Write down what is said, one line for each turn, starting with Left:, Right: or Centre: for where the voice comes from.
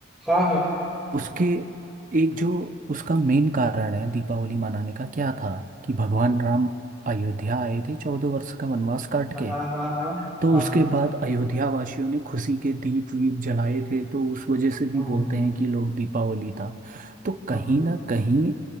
Centre: हाँ हाँ
Right: उसके एक जो उसका मेन कारण है दीपावली मनाने का क्या था कि भगवान राम अयोध्या आए थे चौदह वर्ष का वनवास काट
Centre: हाँ
Right: के
Centre: हाँ हाँ
Right: तो
Centre: हाँ
Right: उसके बाद अयोध्या वासियों ने खुशी के दीप वीप जलाए थे तो उस वजह से भी
Centre: हाँ
Right: बोलते हैं कि लोग दीपावली था तो कहीं
Centre: हाँ
Right: ना कहीं